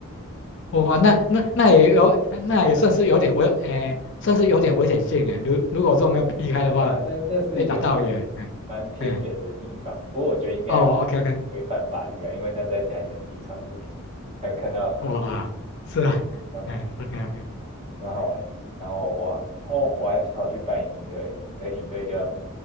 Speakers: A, on the left; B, on the right.
A: 哇，那那那也有，那也算是有点危，哎，算是有点危险性哎。如如果说没有避开的话，
B: 对啊，那那是一个蛮
A: 被打到也，哎哎，
B: 蛮偏远的地方，不过我觉得应该有
A: 哦，OK OK，
B: 违违反法律啊，因为那在台南机场附近，还有看到
A: 哇，是啊，
B: 浪费。
A: 哎，OK OK，
B: 蛮好玩。
A: 嗯，
B: 然后我哦，我还跑去扮营队，可是营队就